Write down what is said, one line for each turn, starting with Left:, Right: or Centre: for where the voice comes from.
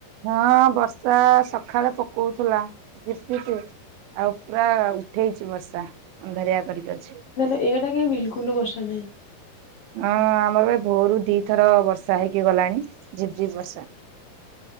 Right: ହଁ ବର୍ଷା ସଖାଳେ ପକଉଥିଲା ଝିପି ଝିପି ଆଉ ପୁରା ଉଠେଇଚି ବର୍ଷା ଅନ୍ଧାରିଆ କରିକି ଅଛି।
Left: ଏଇଆଡ଼େ କାଇଁ ବିଲକୁଲ ବର୍ଷା ନାଇଁ।
Right: ହଁ ଆମର ଏ ଭୋରୁ ଦି ଥର ବର୍ଷା ହେଇକି ଗଲାଣି ଝିପଝିପ ବର୍ଷା।